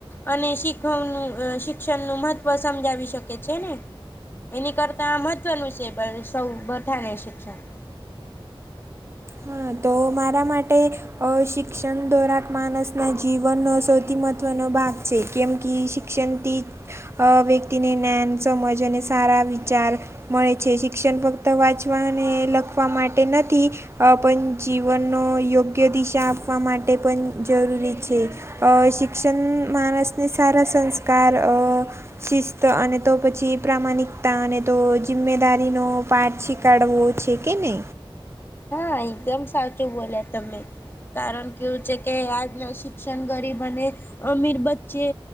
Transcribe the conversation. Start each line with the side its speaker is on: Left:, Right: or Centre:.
Left: અને શીખવનું શિક્ષણનું મહત્વ સમજાવી શકે છે ને. એની કરતાં મહત્ત્વનું છે બ સૌ બધાને શિક્ષણ.
Right: હા. તો મારા માટે અહ શિક્ષણ દોરાક માણસના જીવનનો સૌથી મહત ત્વનો ભાગ છે, કેમ કિ શિક્ષણથી અહ વ્યક્તિને ન્યાન, સમજ અને સારા વિચાર મળે છે. શિક્ષણ ફક્ત વાંચવા ને લખવા માટે નથી. અ પન જીવનનો યોગ્ય દિશા આપવા માટે પન જરૂરી છે. અહ શિક્ષન માણસને સારા સંસ્કાર અહ શિસ્ત અને તો પછી પ્રામાણિકતા અને તો જિમ્મેદારીનો પાઠ શીખાડવો છે કે ને
Left: હા. એકદમ સાચું બોલ્યા તમે. કારણ કેવું છે, કે આજનો શિક્ષણ ગરીબ અને અમીર બચ્ચે